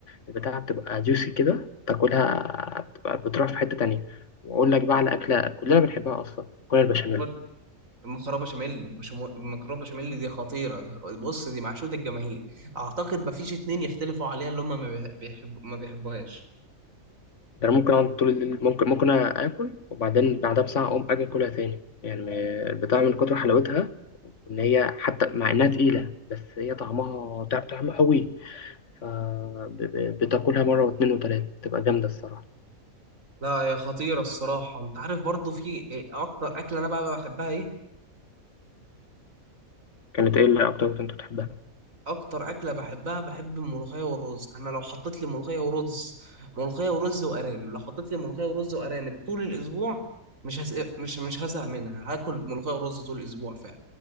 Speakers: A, on the left; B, on the right.
A: البتاعة بتبقى جوسي كده تاكلها بتبقى بتروح في حتة تانية وأقول لك بقى
B: لا
A: على أكلة كلنا بنحبها أصلا مكرونة البشاميل
B: قول- المكرونه بشاميل بشمو- المكرونه بشاميل دي خطيره دي بص دي معشوقة الجماهير اعتقد ما فيش اتنين يختلفوا عليها اللي هم ما بيحب... ما بيحبوهاش
A: ده انا ممكن اقعد طول الليل ممكن ممكن اكل وبعدين بعدها بساعه اقوم اجي اكلها تاني يعني ما- البتاع من كتر حلاوتها ان هي حتى مع انها تقيله بس هي طعمها طع- طعمها قوي فبتاكلها مره واتنين وتلاته تبقى جامده الصراحه
B: لا هي خطيرة الصراحة انت عارف برضو في إيه اكتر اكلة انا بقى بحبها ايه
A: كانت ايه اللي اكتر كنت انت بتحبها
B: اكتر اكلة بحبها بحب الملوخية والرز انا لو حطيت لي ملوخية ورز ملوخية ورز وارانب لو حطيت لي ملوخية ورز وارانب طول الاسبوع مش هس... مش مش هزهق منها هاكل ملوخية ورز طول الاسبوع فعلا